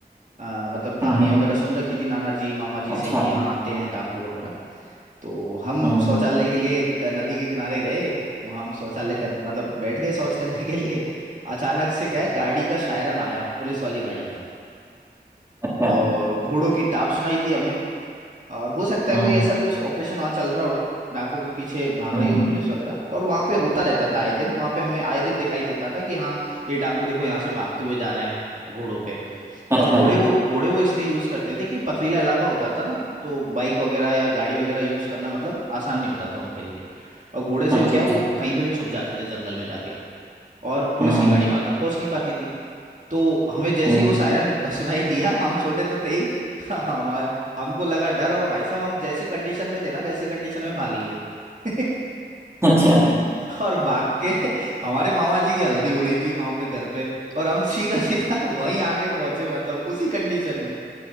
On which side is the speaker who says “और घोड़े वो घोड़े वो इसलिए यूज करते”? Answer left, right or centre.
Right